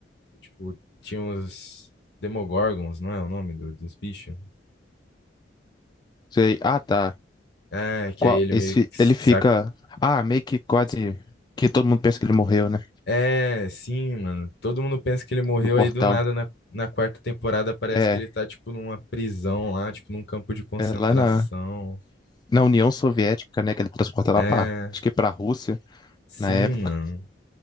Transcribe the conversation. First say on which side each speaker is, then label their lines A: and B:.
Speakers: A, on the left; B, on the left.
A: tipo, tinha uns Demogorgons, não é o nome do- dos bichos?
B: Sei. Ah, tá.
A: É, que
B: Qual,
A: aí ele
B: esse,
A: meio
B: fi-
A: que
B: ele fica.
A: sa-
B: Ah, meio que quase. Que todo mundo pensa que ele morreu, né?
A: É, sim, mano. Todo mundo pensa que ele morreu
B: No portal.
A: aí do nada na, na quarta temporada. Parece
B: É,
A: que ele tá, tipo, numa prisão lá, tipo, num campo de concentração.
B: é lá na, na União Soviética, né? Que ele transporta lá
A: É,
B: pra. Acho que pra Rússia,
A: sim,
B: na época.
A: mano.